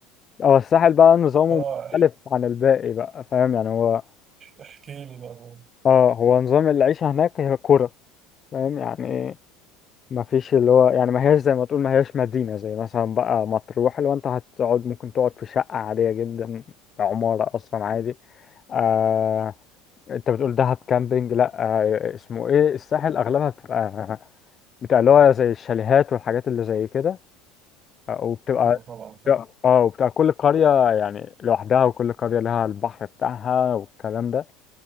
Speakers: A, on the left; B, on the right.
A: او الساحل بقى نظامه
B: اه اح-
A: مختلف عن الباقي بقى فاهم يعني هو
B: احكي لي بقى طبعا
A: اه هو نظام العيشه هناك هي كوره فاهم يعني ما فيش اللي هو يعني ما هياش زي ما تقول ما هياش مدينة زي مثلا بقى مطروح اللي هو انت هتقعد ممكن تقعد في شقة عادية جدا عمارة اصلا عادي آه انت بتقول دهب كامبينج لا آه اسمه ايه الساحل اغلبها بتبقى بتبقى اللي هو زي الشاليهات والحاجات اللي زي كده آه، وبتبقى
B: أيوه طبعا فاهم
A: اه وبتبقى كل قرية يعني لوحدها وكل قرية لها البحر بتاعها والكلام ده